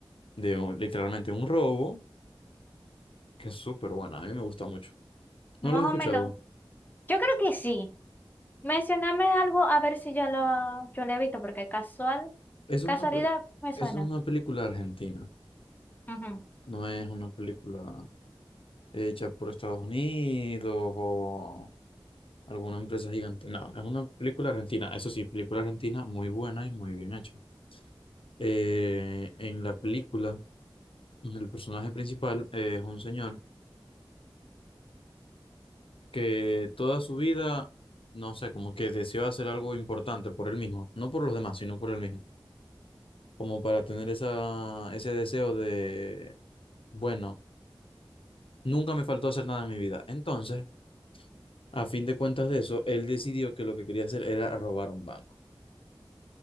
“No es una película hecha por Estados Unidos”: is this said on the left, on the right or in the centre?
Left